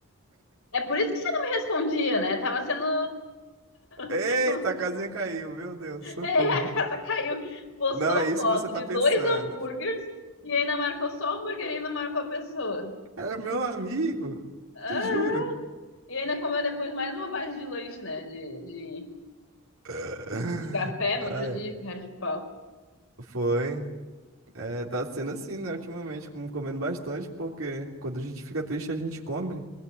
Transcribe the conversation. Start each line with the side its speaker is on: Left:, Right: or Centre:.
Left: É por isso que você não me respondia, né? Tava sendo
Right: Eita,
Left: <laughs>
Right: a casinha caiu. Meu Deus,
Left: <laughs>
Right: socorro.
Left: É, a casa caiu. Postou
Right: Não é isso
Left: foto
Right: que você tá
Left: de
Right: pensando.
Left: dois hambúrgueres e ainda marcou só o hambúrguer e não marcou a pessoa.
Right: Era meu amigo.
Left: Aham.
Right: Te juro.
Left: E ainda comeu depois mais bobagem de lanche, né? De, de,
Right: <laughs>
Left: de café
Right: Ai,
Left: no outro dia, que cara de pau.
Right: foi. É, tá sendo assim, né, ultimamente, com- comendo bastante, porque quando a gente fica triste, a gente come.